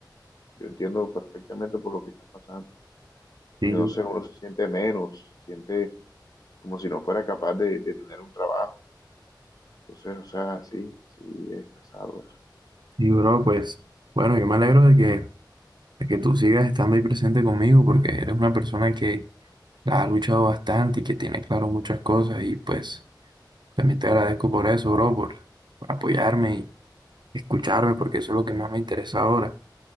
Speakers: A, on the left; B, on the right.
A: yo entiendo perfectamente por lo que estás pasando. porque
B: Sí,
A: no sé, uno se siente menos, se siente como si no fuera capaz de, de tener un trabajo. Entonces, o sea, sí, sí, es pesado eso.
B: Sí, bro, pues bueno, yo me alegro de que, de que tú sigas estando ahí presente conmigo porque eres una persona que la ha luchado bastante y que tiene claro muchas cosas y pues también te agradezco por eso, bro, por, por apoyarme y escucharme porque eso es lo que más me interesa ahora.